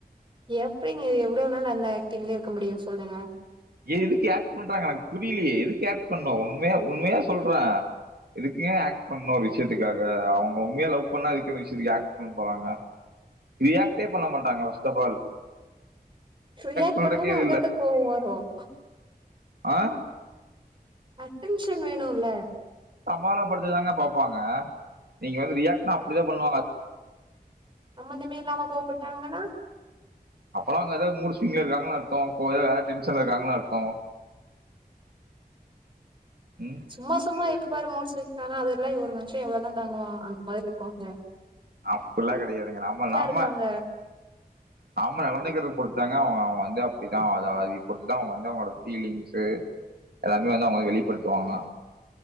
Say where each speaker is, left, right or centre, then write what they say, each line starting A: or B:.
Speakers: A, on the right (about 30°); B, on the right (about 80°).
A: எப்படிங்க எவ்வளவுணால அந்த ஆக்டிங்லயே இருக்க முடியும் சொல்லுங்க
B: ஏ எதுக்கு ஆக்ட் பண்றாங்க எனக்கு புரியலையே எதுக்கு ஆக்ட் பண்ண உண்மே உண்மையா சொல்ற எதுக்குங்க ஆக்ட் பண்ணும் ஒரு விஷயத்துக்காக அவங்க உண்மைய லவ் பண்ணா இதுக்குன்ன விஷயத்துக்கு ஆக்ட் பண்ண போறாங்க ரியாக்டே பண்ண மாட்டாங்க ஃபர்ஸ்ட் அஃப் ஆல்
A: ரியாக்ட்
B: பண்றக்கே
A: பண்ணலன்னா
B: இது
A: அதை
B: இல்ல
A: விட கோவம் வரும்
B: ஆ
A: அட்டன்ஷன் வேணுல
B: சமாதானம் படுத்ததாக பாப்பாங்க நீங்க வந்து ரியாக்ட்னா அப்படிதா பண்ணுவாங்க
A: சம்மந்ததமே இல்லாம கோவபட்டாங்கன்னா
B: அப்பெல்லா அங்க எதாவது மூட் ஸ்விங்களா இருக்காங்கன்னனு அர்த்தம் போ வேற டென்ஷன்ல இருக்காங்கனு அர்த்த ம்
A: சும்மா சும்மா எப்ப பாரு மூட் ஸ்விங் ஆனா அதெல்லா ஒரு மனுஷன் எவ்வளவுதான் தாங்குவா அந்த மாதிரி இருக்குங்க
B: அப்டிலா கடையாதுங்க நம்ம நம்ம
A: இருக்காங்க.
B: நம்ம நடந்தைக்கிறத பொறுத்து தாங்க அவங்க அவங்க வந்து அப்படிதா அத அது இப்பத்ததா அவங்க வந்து அவங்களோட பீலிங்ஸ்சு எல்லாருமே வந்து அவங்க வெளிப்படுத்துவாங்க